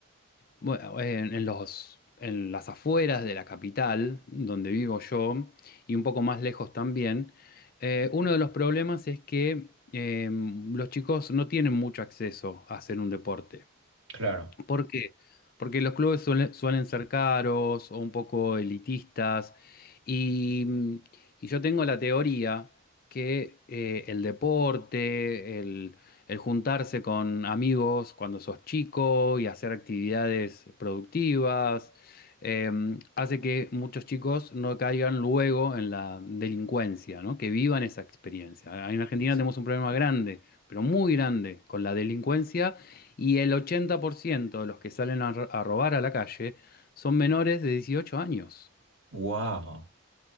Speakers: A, on the left; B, on the right.
A: bueno, en, en los, en las afueras de la capital, donde vivo yo, y un poco más lejos también, eh, uno de los problemas es que eh, los chicos no tienen mucho acceso a hacer un deporte.
B: claro.
A: ¿Por qué? Porque los clubes suele- suelen ser caros o un poco elitistas y, mm, y yo tengo la teoría que eh, el deporte, el, el juntarse con amigos cuando sos chico y hacer actividades productivas, eh, hace que muchos chicos no caigan luego en la delincuencia, ¿no? Que vivan esa experiencia. En Argentina
B: Ex-
A: tenemos un problema grande, pero muy grande, con la delincuencia y el 80% de los que salen a, ro- a robar a la calle son menores de 18 años.
B: Wow.